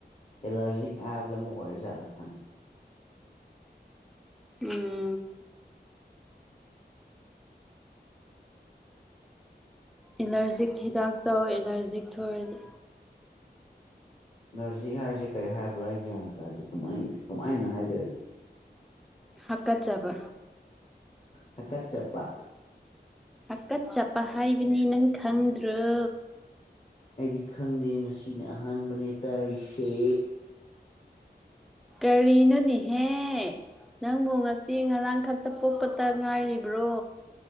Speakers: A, on the left; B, in the centre.
A: ꯑꯦꯂꯔꯖꯤꯛ ꯍꯥꯏꯕꯗꯣ ꯑꯃꯛ ꯑꯣꯏꯔꯖꯥꯠꯂ ꯈꯪꯗꯦ
B: ꯎꯝ ꯑꯦꯂꯔꯖꯤꯛ ꯍꯤꯗꯥꯛ ꯆꯥꯎꯋꯣ ꯑꯦꯂꯔꯖꯤꯛ ꯊꯣꯛꯑꯗꯤ
A: ꯑꯦꯂꯔꯖꯤꯛ ꯍꯥꯏꯔꯤꯁꯦ ꯀꯔꯤ ꯍꯥꯏꯕ꯭ꯔꯣ ꯑꯩ ꯒ꯭ꯌꯥꯟ ꯇꯥꯗꯦ ꯀꯃꯥꯏ ꯀꯃꯥꯏꯅ ꯍꯥꯏꯗꯣꯏꯅꯣ
B: ꯍꯥꯀꯠꯆꯕ
A: ꯍꯀꯠ ꯖꯄ
B: ꯍꯛꯀꯠ ꯆꯠꯄ ꯍꯥꯏꯕꯅꯤ ꯅꯪ ꯈꯪꯗ꯭ꯔꯣ
A: ꯑꯩꯗꯤ ꯈꯪꯗꯦ ꯉꯁꯤꯅ ꯑꯍꯥꯟꯕꯅꯦ ꯇꯥꯔꯤꯁꯦ
B: ꯀꯔꯤꯅꯣꯅꯤꯍꯦ ꯅꯪꯕꯨ ꯉꯁꯤ ꯉꯔꯥꯡ ꯈꯛꯇ ꯄꯣꯛꯄꯇ ꯉꯥꯏꯔꯤꯕ꯭ꯔꯣ